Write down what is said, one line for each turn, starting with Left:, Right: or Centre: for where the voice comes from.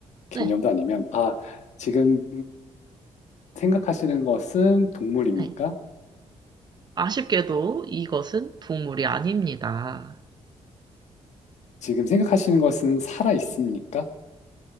Left: 개념도
Right: 네,
Left: 아니면, 아, 지금 생각하시는 것은 동물입니까?
Right: 네. 아쉽게도 이것은 동물이 아닙니다.
Left: 지금 생각하시는 것은 살아 있습니까?